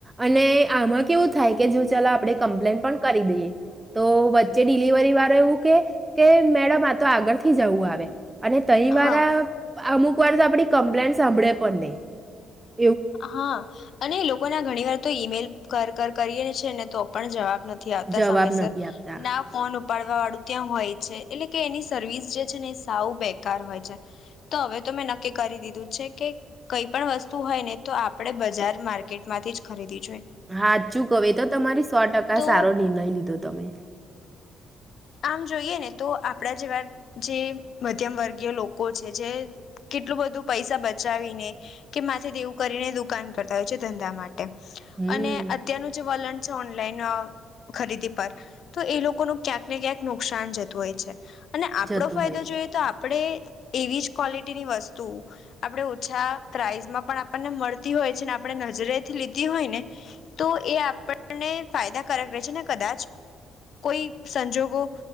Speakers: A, on the right (about 15°); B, on the left (about 65°).
A: અને આમાં કેવું થાય કે જો ચાલો આપડે કમ્પ્લેન પણ કરી દઈએ, તો વચ્ચે ડિલિવરી વાળા એવું કે કે મેડમ આ તો આગળ થી જવું આવે અને તઈ વારા
B: હા
A: અમુક <unintelligible> આપડી કમ્પ્લેન્ટ્સ સાંભળે પણ નઈ
B: હા. અને એ લોકોના ઘણી વાર તો ઈમેલ કર કર કરીએ છે ને તો પણ જવાબ નથી આવતા
A: જવાબ
B: સમયસર
A: નથી આપતા
B: ના ફોન ઉપ પાડવા વાળું ત્યાં હોય છે, એટલે કે એની સર્વિસ જે છે ને એ સાવ બેકાર હોય છે, તો અવે ત મેં નક્કી કરી દીધું છે કે કઈ પણ વસ્તુ હોય ને તો આપડે બજાર માર્કેટમાંથી જ ખરીદી
A: હાચું કવ એતો તમારી સો ટકા
B: તો
A: સારો નિર્ણય લીધો તમે.
B: આમ જોઈએ ને તો આપડા જેવા જે મધ્યમ વર્ગીય લોકો છે જે કેટલું બધું પૈસા બચાવીને કે માથે દેવું કરીને દુકાન કરતા હોય છે, ધંધા મા ટે
A: હમ
B: અને અત્યારનું જે વલણ ચ ઓનલાઈન ખરીદી પર તો એ લોકો નુ ક્યાંક ને ક્યાંક નુકસાન જતું હોય છે. અને આપડો
A: જતું
B: ફાયદો
A: હોય છે
B: જોઈએ તો આપડે એવીજ ક્વોલિટીની વસ્તુ આપડે ઓછા પ્રાઇઝમાં પણ આપ પણને મળતી હોય છે ને આપડે નજરેથી લીધી હોય ને, તો એ આપણને ફાયદાકારક રહે છે ને કદાચ કોઈ સંજોગો